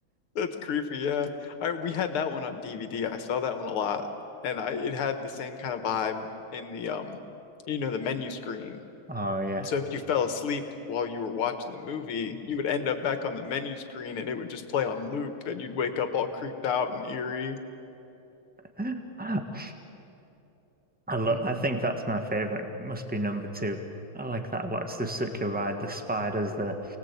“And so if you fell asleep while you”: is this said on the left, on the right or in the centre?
Left